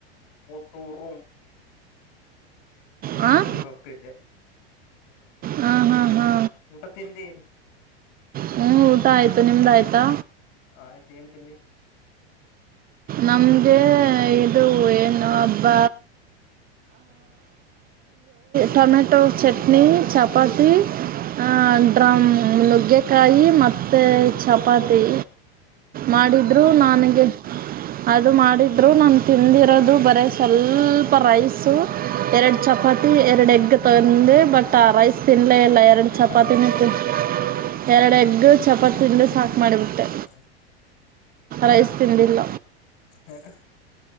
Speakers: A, on the left; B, on the right.
A: ಟೂರು ಹ್ಮ್
B: ಹಾಂ
A: ರೂಮ್ಗೆ ಹೋಗ್ತಿದ್ದೆ
B: ಹಾ ಹಾ ಹಾ
A: ಊಟ ತಿಂದಿ
B: ಹ್ಮ್ ಊಟ ಆಯ್ತು ನಿಮ್ದ ಆಯ್ತಾ
A: ಆಯ್ತು ಏನ್ ತಿಂದಿ
B: ನಮ್ಗೆ ಇದು ಏನು ಹಬ್ಬ ಟೊಮೆಟೊ ಚಟ್ನಿ ಚಪಾತಿ ಆ
A: ಹ
B: ಡ್ರಮ್ ನುಗ್ಗೆಕಾಯಿ ಮತ್ತೆ ಚಪಾತಿ ಮಾಡಿದ್ರು
A: ಅಷ್ಟು ತಿಂದ
B: ನನಗೆ ಅದು ಮಾಡಿದ್ರು ನಾನು ತಿಂದಿರೋದು ಬರೀ ಸ್ವಲ್ಪ ರೈಸು ಎರಡು ಚಪಾತಿ ಎರಡು ಎಗ್ ತಂದೆ ಬಟ್ ಆ ರೈಸ್ ತಿನ್ಲೇ ಇಲ್ಲ ಎರಡು
A: ಎರಡಾಗ
B: ಚಪಾತಿನ
A: ತಿಂದ
B: ತಿ ಎರಡು ಎಗ್ ಚಪಾತಿ ತಿನ್ಲು ಸಾಕು ಮಾಡಿಬಿಟ್ಟೆ
A: ಹ
B: ರೈಸ್ ತಿಂದಿಲ್ಲ
A: ಯಾಕ್ಕ